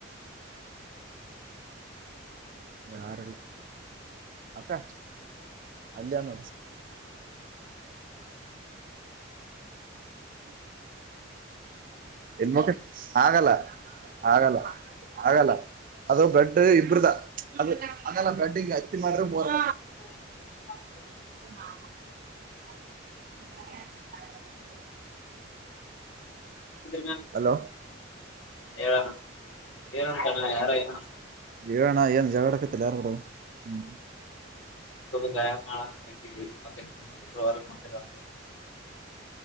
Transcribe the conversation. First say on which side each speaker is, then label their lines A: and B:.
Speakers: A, on the right (about 45°); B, on the left (about 75°).
A: ಯಾರಲ್ಲ ಅಕ್ಕ ಅಲ್ಲಾನ ಎನ್ ಮುಖ ಆಗಲ್ಲ ಆಗಲ್ಲ ಆಗಲ್ಲ ಅದು ಬ್ರೆಡ್ ಇಬ್ರದ ಅದು ಅಲ್ಲ ಬ್ರೆಡ್ಂಗ ಹತ್ತಿ ಮಾಡ್ರೆ ಮರ್
B: ಹ
A: <inaudible> <inaudible>
B: ಇದ
A: ಹಲೋ
B: ಹೇಳಣ ಏನಂತಣ್ಣ ಯಾರೋ ಏನಂತಾರ
A: ಈಣ ಜಗಡೆಕ್ಕತ್ತಲ್ಲ ಯು ಕುಡ ಹ್ಮ
B: ದಯಾ ಮಾಡಳ ಎ ಮತ್ತ ಒವಾರ ಮತ್ತರ ಅಂತ